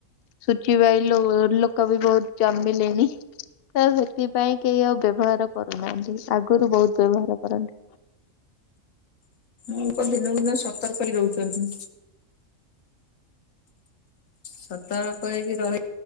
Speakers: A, on the left; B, on the left.
A: ସୁଚିବାଇ ଲୋ ଲୋକ ବି ବହୁତ୍ ଜମ୍ବିଲେଣିି। ତ ସେଥିପାଇଁ କେହି ଆଉ ବ୍ୟବହାର କରୁନାହାନ୍ତି ଆଗରୁ ବହୁତ୍ ବ୍ୟବହାର କରନ୍ତି।
B: ଲୋକ ଦିନକୁ ଦିନ ସତର୍କ ହଇ ରହୁଚନ୍ତି। ସତର୍କ ହେଇକି ରହି